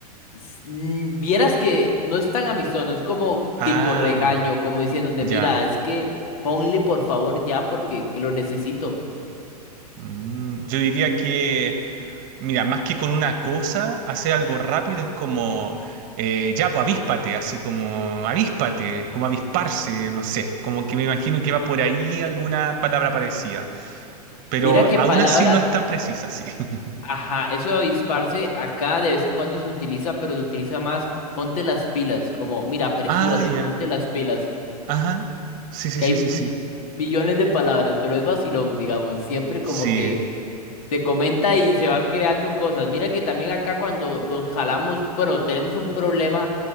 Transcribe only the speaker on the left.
S- mm, Vieras que no es tan amistoso, es como
tipo regaño, como diciéndote,
mira, es que ponle por favor ya porque que lo necesito.
Mira qué
palabra
Ajá, eso de avisparse acá de vez en cuando se utiliza, pero se utiliza más ponte las pilas, como mira, apresúrate,
ponte las pilas,
que
hay
millones de palabras, pero es vacilón, digamos, siempre como
que se comenta y se va creando cosas. Mira que también acá cuando los jalamos, bueno, tenemos un problema,